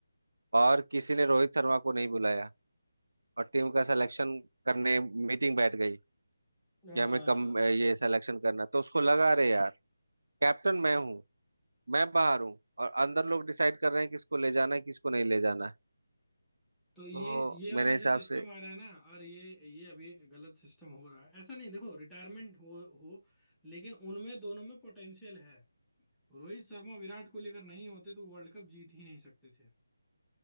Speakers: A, on the right; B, in the centre.
A: और किसी ने रोहित शर्मा को नहीं बुलाया और टीम का सिलेक्शन करने मीटिंग बैठ गई कि
B: आ,
A: हमें कम ये सिलेक्शन करना तो उसको लगा अरे यार कैप्टन मैं हूँ मैं बाहर हूँ और अंदर लोग डिसाइड कर रहे हैं किसको ले जाना है किसको नहीं ले जाना है
B: तो ये
A: तो
B: ये वाला
A: मेरे
B: जो
A: हिसाब
B: सिस्टम
A: से
B: आ रहा है ना और ये ये अभी गलत सिस्टम हो रहा है ऐसा नहीं देखो रिटायरमेंट हो हो लेकिन उनमें दोनों में पोटेंशियल है रोहित शर्मा विराट कोहली अगर नहीं होते तो वर्ल्ड कप जीत ही नहीं सकते थे